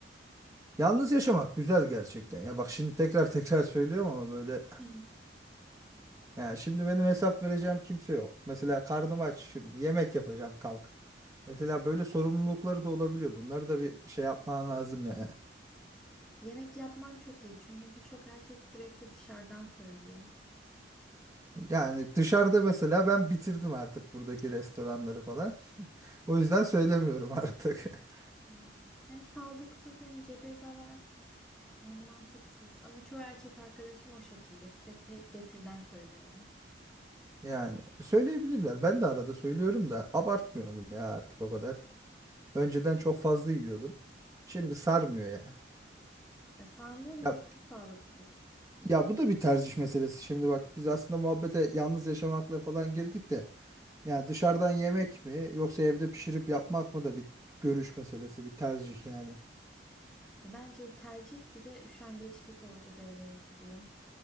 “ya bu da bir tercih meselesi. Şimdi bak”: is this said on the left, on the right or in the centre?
Right